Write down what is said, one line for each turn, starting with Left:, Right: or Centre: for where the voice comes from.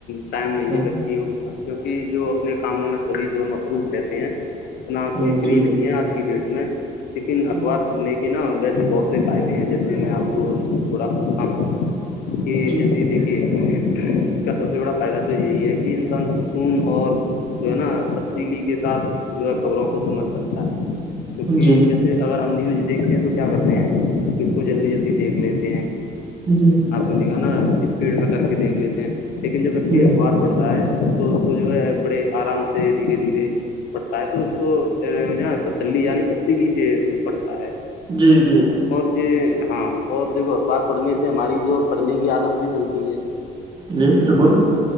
Left: ٹائم نہیں
Right: ہ
Left: ہے کے پاس کیوںکہ جو اپنے کاموں میں سبھی جو ہے مصروف رہتے ہیں اتنا
Right: ہ
Left: کوئی فری
Right: جی
Left: نہیں ہے آج کی ڈیٹ میں لیکن اخبار
Right: جی
Left: نے کے نا ویسے بہت سے فائدے ہیں جیسے میں آپ کو تھوڑا سا بتاؤں کہ
Right: جی
Left: جیسے دیکھیے اس کا سب سے بڑا فائدہ تو یہی ہے کہ انسان سکون اور جو ہے نا تبدیلی کے ساتھ جو ہے خبروں کو سمجھ سکتا ہے توکہ
Right: جی
Left: جیسے اگر ہم نیوز دیکھتے ہیں تو کیا کرتے ہیں اس کو جلدی جلدی دیکھ لتے
Right: جی
Left: آپ نے دیکھا نا اسپیڈ میں کر کے دیکھ لیتے ہیں لیکن جب وتی
Right: جی
Left: اخبار پڑھتا ہے تو اس کو جو ہے بڑے آرام سے دھیرے دھیرے پڑتا ہے تو اس کو نا تسلی یعنی تفصیلی سے جو پڑتا ہے
Right: جی جی
Left: اور جو ہاں اور دیکھو اخبار پڑھنے سے ہماری جو پڑھنے کی عادت بھی بنتی ہے
Right: جی بالکل